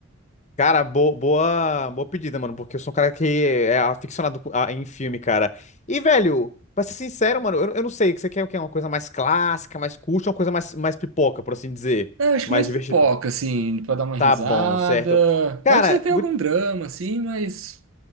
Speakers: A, on the left; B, on the right.
A: Cara, bo- boa, boa pedida, mano, porque eu sou um cara que é aficionado co- a- em filme, cara. E, velho, pra ser sincero, mano, eu, eu não sei, você quer o quê? Uma coisa mais clássica, mais curta, ou uma coisa mais, mais pipoca, por assim dizer?
B: É, Eu acho
A: Mais
B: que mais
A: divertidão.
B: pipoca, assim, pra dar uma
A: Tá
B: risada.
A: bom, certo. Cara,
B: Pode ser até
A: vou
B: algum drama, assim, mas